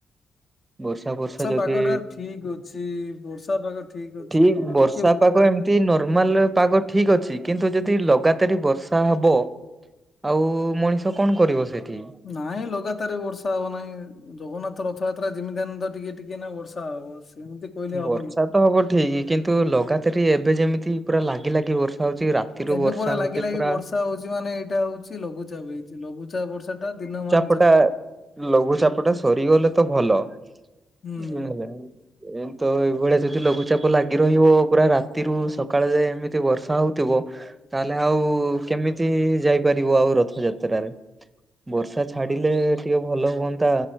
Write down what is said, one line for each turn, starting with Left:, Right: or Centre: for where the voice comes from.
Right: ବର୍ଷା ବର୍ଷା ଯଦି
Left: ପାଗ ଟା ଠିକ ଅଛି ବର୍ଷା ପାଗ ଅଛି
Right: ଠିକ
Left: ଟିକେ
Right: ବର୍ଷା
Left: ଉଦା
Right: ପାାଗ ଏମ ଟି ନର୍ମାଲ ପାଗ ଠିକ ଅଛି କିନ୍ତୁ ଯଦି ଲଗାତାର ବର୍ଷା ହବ ଆଉ ମଣିଷ କଣ କରିବ ସେଠି
Left: ନାଇଁ ଲଗାତାର ବି ବର୍ଷା ହବ ନାହିଁ ଜଗନ୍ନାଥ ରଥଯାତ୍ରା ଯେମିତି ହେନେ ଟିକେ ଟିକେ ନା ବର୍ଷା ହବ ସେମିତି କହିଲେ ହବନି।
Right: ବର୍ଷା ତ ହବ ଠିକ କିନ୍ତୁ ଲଗାତାର ଏବେ ଯେମିତି ପୁରା ଲାଗି ଲାଗି ବର୍ଷା ହଉଚି ରା ତିରୁ
Left: ଏବେ
Right: ବର୍ଷା
Left: ପରା
Right: ହଉଛି
Left: ଲାଗି ଲାଗି
Right: ପୁରା
Left: ବର୍ଷା ହଉଚି ମାନେ ଏଇଟା ହଉଚି ଲଘୁଚାପ ହେଇଚି ଲଘୁଚାପ ବର୍ଷା ଟା ଦିନ ମ
Right: ଚାପଟା ଲଘୁଚାପ ଟା ସରିଗଲେ ତ ଭଲ ବୁଝିଲେକି
Left: ହୁଁ
Right: ଏମିତ ଏଇଭଳିଆ ଯଦି ଲଘୁଚାପ ଲାଗି ରହିବ ପୁରା ରାତିରୁ ସକାଳେ ଯାଏଁ ଏମିତି ବର୍ଷା ହଉଥିବ ତାହେଲେ ଆଉ କେମିତି ଯାଇପାରିବ ଆଉ ରଥଯାତ୍ରାରେ ବର୍ଷା ଛାଡିଲେ ଟିକେ ଭଲ ହୁଅନ୍ତା